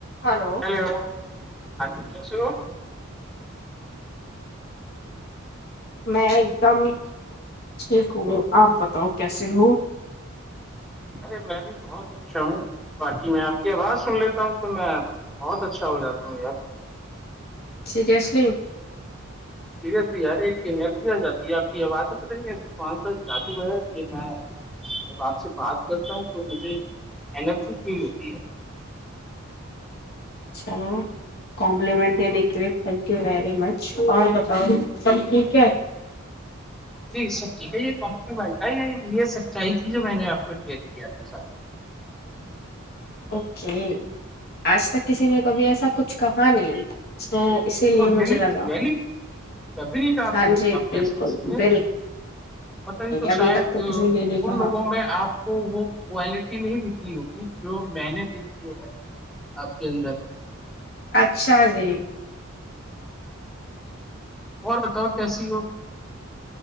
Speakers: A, on the left (about 45°); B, in the centre.
A: hello
B: ہ جی کیسو
A: میں ایک دم ٹھیک ہوں آپ بتاؤ کیسے ہو
B: ارے میں بھی بہت اچھا ہوں باقی میں آپ کی آواز سن لیتا ہوں تو میں بہت اچھا ہو جاتا ہوں یار
A: سرییاسلی
B: سیریسلی یار ایک انرجی آ جاتی ہے آپ کی آوازیں بتائیں گے ایسے کون سا جادو ہے کہ میں جب آپ سے بات کرتا ہوں تو مجھے انرجی فیل ہوتی ہے
A: چ چلو کمپلیمنٹ دینے کے لیے تھینک یو ویری مچ اور بتاؤ سب ٹھیک ہے
B: جی سب ھیک ہے یہم یہ یہ سچائی تھی جو میں نے آپ کو شیئر کی آپ کے ساتھ
A: اوکے آج تک کسی نے کبھی ایسا کچھ کہا نہیں تو اسی لیے
B: یع
A: مجھے لگا
B: یعنی کبھی نہیں کہ
A: ہاں جی
B: آپ کہ
A: بالکل
B: سکتی ہیں
A: بل
B: پت نہیں تو
A: ابھی
B: شاید
A: تک تو
B: ان
A: کسی نے نہیں کہا
B: لوگوں میں آپ آ کو وہ کوالٹی نہیں دھی ہوگی جو میں نے دیکھی ہے آپ کے اندر
A: اچھا جی
B: اور بتاؤ کیسی ہو